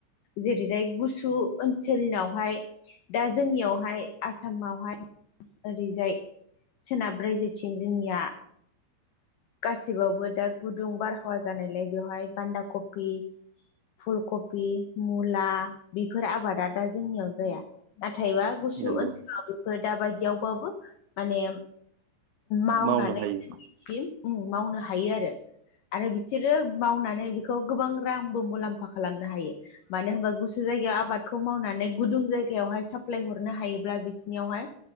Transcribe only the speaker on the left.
जेरैजाय गुसु ओनसोलनावहाय दा जोंनियावहाय आसामावहाय ओरैजाय सोनाब्रायजोेथिं जोंनिया गासिबावबो दा गुदुं बारहावा जानायलाय बेवहाय बान्दा कफि फुलकफि, मुला बेफोर आबादा दा जोंनियाव जाया नाथायबा गुसु
ओनसोलाव फोर दााबायदियावबाबो माने मावनानै
जों सिम उ मावनो हायो आरो आरो बिसोरो मावनानै बेखौ गोबां रांबो मुलाम्फा खालामनो हायो मानो होनबा गुसु जायगायाव आबादखौ मावनानै गुदुं जायगायावहाय साप्लाय हरनो हायोब्ला बिसनियावहाय